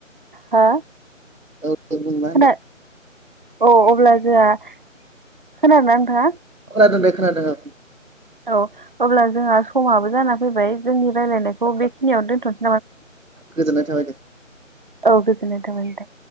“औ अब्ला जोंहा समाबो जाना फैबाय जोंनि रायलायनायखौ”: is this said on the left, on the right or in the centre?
Right